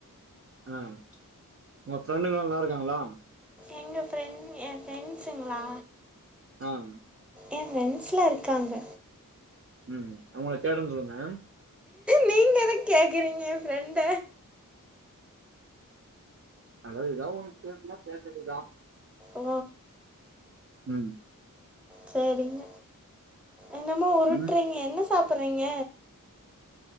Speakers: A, on the right; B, in the centre.
A: ஆ, உங்க ஃப்ரெண்டுங்க எல்லா நல்லா இருக்காங்ளா
B: எங்க ஃப்ரெண்ட் எ ஃப்ரெண்ட்ஸ்ங்களா
A: அம்
B: எ ஃபிரண்ட்ஸ்லா இருக்காங்க
A: ம் அவுங்கள கேட்டன் சொல்லுங்க
B: நீங்க எதுக்கு கேக்குறீங்க எ ஃபிரெண்ட
A: அதாது எதா ஒன்னு பேசுனா பேசறதுதா
B: அ
A: ம்
B: சரிங்க என்னமோ உருட்டுறீங்க
A: ம்
B: என்ன சாப்பிறீங்க